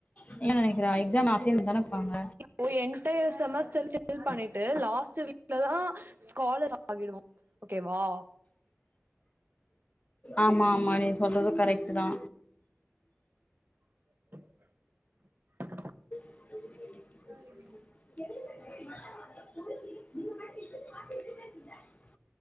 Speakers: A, on the left; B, on the right.
A: நீ என்ன நெனைக்கிறா எக்ஸாம் அசைமெண்ட் தான வப்பாங்க
B: ஓ என்டயர் செமஸ்டர் செ ஃபில் பண்ணிட்டு லாஸ்ட் வீக்ல தா ஸாகாலர் ஆகி டுவோ ஓகேவா
A: ஆமா ஆமா நீ சொல்றது கரெக்ட் தா
B: <inaudible>
A: <inaudible>
B: சரிங்
A: <inaudible>